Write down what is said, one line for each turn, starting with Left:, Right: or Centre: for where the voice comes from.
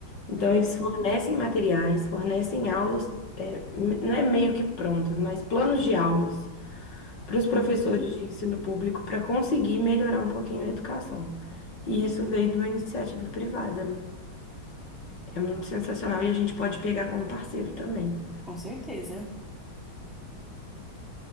Left: Então,
Centre: Uhum,
Left: eles fornecem materiais, fornecem aulas, é, me- não é meio que prontas, mas planos de aulas para os professores
Centre: uhum,
Left: de ensino público para conseguir melhorar um pouquinho a educação. E isso
Centre: sim.
Left: veio de uma iniciativa privada, né? É muito sensacional e a gente pode pegar como parceiro também.
Centre: Com certeza.